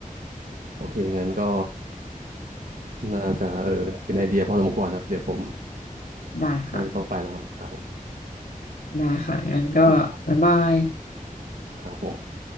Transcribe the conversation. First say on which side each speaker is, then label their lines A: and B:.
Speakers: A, on the right; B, on the left.
A: โอเคงั้นก็น่าจะเออเป็นไอเดียพอสมควรครับเดี๋ยวผม
B: ได้ค่ะ
A: น่าจะต้องไปแล้วครับครับผม
B: ได้ค่ะงั้นก็บ๊ายบาย
A: โอเคครับครับผม